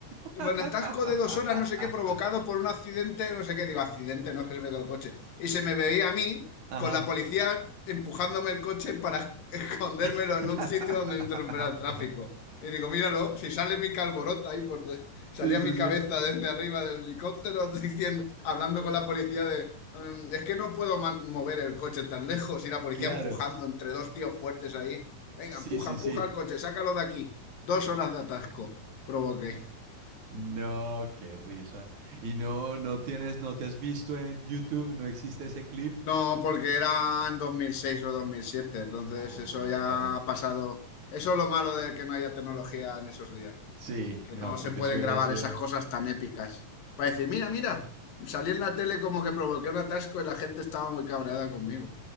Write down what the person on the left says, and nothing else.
Y bueno, atasco de dos horas, no sé qué, provocado por un accidente, no sé qué, digo, accidente, no es que se me quedó el coche. Y se me veía a mí
con la policía empujándome el coche para <laughs> escondérmelo
en un sitio donde no interrumpiera el tráfico. Y digo, míralo, si sale mi calborota ahí, por de-
salía
mi
cabeza desde arriba del helicóptero <laughs> diciendo, hablando con la policía de, "Mm, es que no puedo man- mover el coche tan lejos y la policía
empujando entre dos tíos fuertes ahí. Venga,
empuja,
empuja
el coche, sácalo de aquí. Dos horas de atasco provoqué.
No, porque eran 2006 o 2007, entonces
eso ya
ha pasado. Eso es lo malo de que no haya tecnología en esos días,
que
no se
pueden
grabar
esas cosas tan épicas. Para decir, mira, mira, salí en la tele como que provoqué un atasco y la gente estaba muy cabreada conmigo.